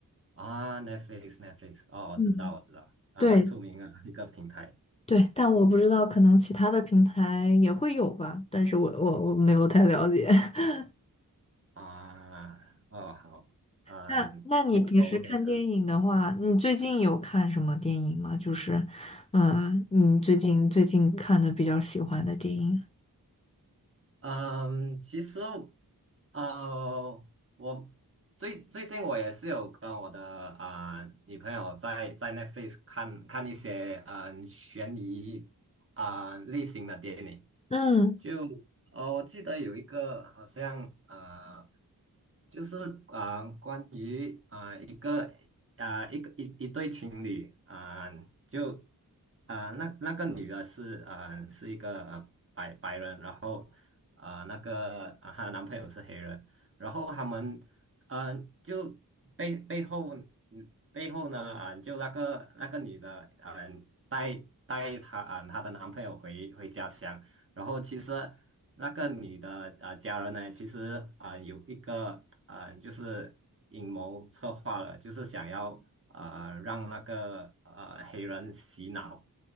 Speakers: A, on the right; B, on the left.
A: 啊？Netflix Netflix，哦，我知道我知道，
B: 嗯，
A: 啊，
B: 对，
A: 蛮出名的一个平台
B: 对，但我不知道，可能其他的平台也会有吧，但是我我我没有太了解。<laughs>
A: 啊。哦，好，嗯，
B: 那那你平时看电影的话，
A: 呀，我我也是。
B: 你最近有看什么电影吗？就是，嗯，你最近最近看的比较喜欢的电影？
A: 嗯，其实，呃，我最最近我也是有跟我的啊、女朋友在在那 f a c e 看看一些嗯、呃悬疑啊、类型的电影，
B: 嗯，
A: 就呃我记得有一个好像呃就是啊、呃关于啊、呃一个啊、呃一个一一对情侣啊、呃就啊、呃那那个女的是啊、呃是一个啊，白白人，然后啊、呃那个啊、她的男朋友是黑人，然后他们嗯、呃就背背后嗯背后呢啊、呃就那个那个女的嗯、呃带带她啊、呃她的男朋友回回家乡，然后其实那个女的啊、呃家人呢，其实啊、呃有一个啊、呃就是阴谋策划了，就是想要啊让那个呃黑人洗脑